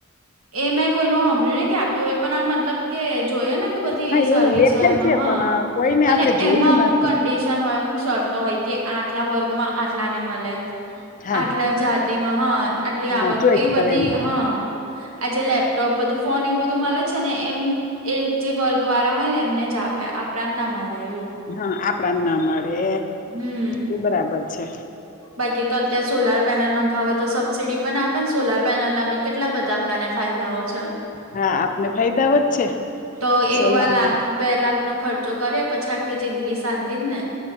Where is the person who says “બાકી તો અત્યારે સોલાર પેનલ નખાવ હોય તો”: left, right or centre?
Right